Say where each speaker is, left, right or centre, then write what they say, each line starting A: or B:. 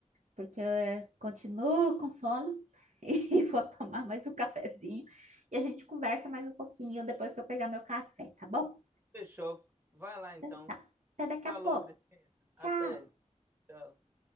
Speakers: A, on the right (about 75°); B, on the right (about 20°).
A: porque eu continuo com sono <laughs> e vou tomar mais um cafezinho e a gente conversa mais um pouquinho depois que eu pegar meu café, tá bom?
B: fechou. Vai lá então.
A: Então Tá. Até daqui
B: Falou,
A: a pouco.
B: Cristina.
A: Tchau!
B: Até. Tchau.